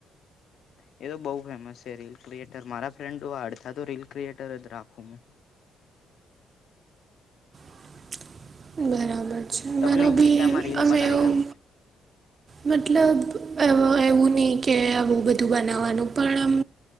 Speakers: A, on the left; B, on the right.
A: હ એ તો બઉુ ફેમસ છે રીલ. ક્રિએટર મારા ફ્રેન્ડો અડધા તો રીલ ક્રિએટર જ રાખું હું.
B: <inaudible> બરાબર છે
A: તમને
B: મારો ભી
A: ઇન્સ્ટામાં રીલ
B: અમે
A: બનાવી
B: એવું
A: ગમે
B: મતલબ એવું નહી કે આવું બધું બનાવવાનું પણ આમ